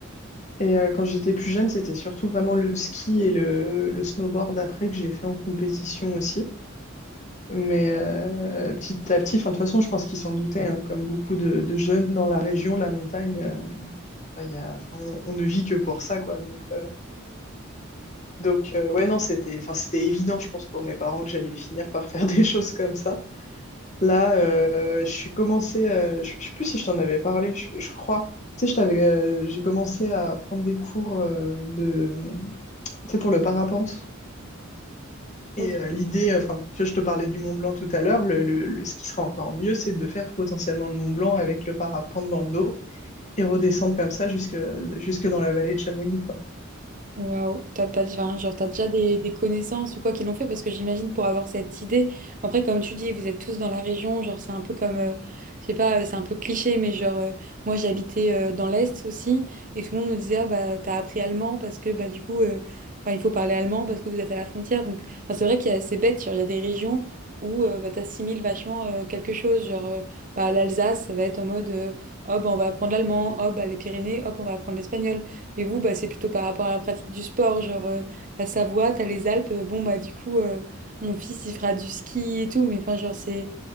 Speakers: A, on the left; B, on the right.
A: Et euh, quand j'étais plus jeune, c'était surtout vraiment le ski et le, le snowboard après que j'ai fait en compétition aussi. Mais euh, petit à petit, enfin, de toute façon, je pense qu'ils s'en doutaient, hein, comme beaucoup de, de jeunes dans la région, la montagne, euh, bah, il y a, enfin, on, on ne vit que pour ça, quoi. Donc, euh, donc euh, ouais, non, c'était, enfin, c'était évident, je pense, pour mes parents que j'allais finir par faire <laughs> des choses comme ça. Là, euh, je suis commencé, euh, je, je sais plus si je t'en avais parlé, je, je crois. Tu sais, je t'avais, euh, j'ai commencé à prendre des cours euh, de, sais, pour le parapente.
B: Ok.
A: Et euh, l'idée, enfin, tu vois, je te parlais du Mont Blanc tout à l'heure, le, le- le- ce qui serait encore mieux, c'est de faire potentiellement le Mont Blanc avec le parapente dans le dos et redescendre comme ça jusque, jusque dans la vallée de Chamonix, quoi.
B: Waouh, t'as, t'as, enfin, genre, t'as déjà des, des connaissances ou quoi qui l'ont fait parce que j'imagine pour avoir cette idée. Après, comme tu dis, vous êtes tous dans la région, genre c'est un peu comme, euh, je sais pas, euh, c'est un peu cliché, mais genre euh, moi j'habitais euh, dans l'Est aussi et tout le monde me disait ah bah t'as appris allemand parce que bah du coup, euh, enfin il faut parler allemand parce que vous êtes à la frontière. Donc enfin, c'est vrai qu'il y a c'est bête, genre il y a des régions où euh, bah, t'assimiles vachement euh, quelque chose, genre euh, bah l'Alsace ça va être en mode euh, oh bah on va apprendre l'allemand, oh bah les Pyrénées, hop on va apprendre l'espagnol. Et vous, bah, c'est plutôt par rapport à la pratique du sport, genre euh, la Savoie, t'as les Alpes, euh, bon bah du coup euh, mon fils il fera du ski et tout, mais enfin genre c'est